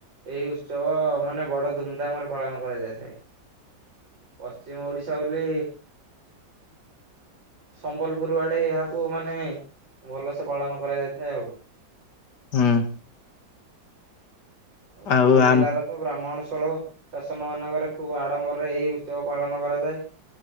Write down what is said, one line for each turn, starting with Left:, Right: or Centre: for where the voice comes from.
Right: ଏଇ ଉତ୍ସବ ମାନେ ବଡ ଧୁମଧାମ୍ ରେ ପାଳନ କରାଯାଇଥାଏ। ପଶ୍ଚିମ ଓଡିଶା ବୋଲି ସମ୍ବଲପୁର ଆଡେ ଏହାକୁ ମାନେ ଭଲସେ ପାଳନ କରାଯାଇଥାଏ ଆଉ।
Left: ହୁଁ।
Right: ଆମ
Left: ଆଉ
Right: ପୁରୀ ଜିଲ୍ଲାର
Left: ଆମ
Right: ତ ବ୍ରାହ୍ମଣଶଳ ଶାସନ ମାନଙ୍କରେ ଖୁବ ଆଡମ୍ବରରେ ଏଇ ଉତ୍ସବ ପାଳନ କରାଯାଏ।